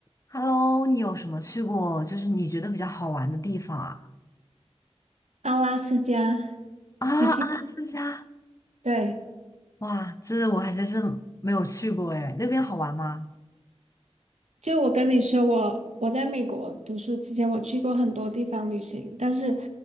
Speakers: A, on the left; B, on the right.
A: Hello，你有什么去过，就是你觉得比较好玩的地方啊？
B: 阿拉斯加，
A: 啊，
B: 你去，
A: 阿拉斯加，
B: 对，
A: 哇，这我还真是没有去过哎，那边好玩吗？
B: 就我跟你说，我我在美国读书之前，我去过很多地方旅行，但是